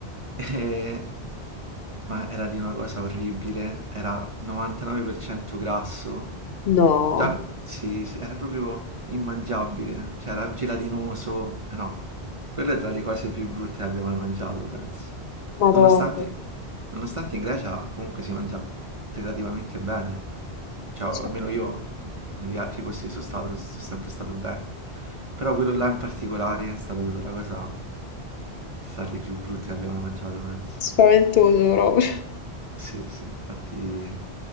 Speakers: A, on the right; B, on the left.
A: E- ma era di una cosa orribile, era 99% grasso
B: No,
A: Già, sì, sì, era proprio immangiabile, cioè era gelatinoso, no, quella è tra le cose più brutte che abbia mai mangiato, penso.
B: Madonna.
A: Nonostante, nonostante in Grecia comunque si mangia relativamente bene, cioè o
B: Cioè,
A: almeno io negli altri posti che sono stato sono sempre stato bene, però quello là in particolare è stata proprio la cosa tra le più brutte che abbia mai mangiato, penso.
B: Spaventoso proprio.
A: Sì, sì, infatti...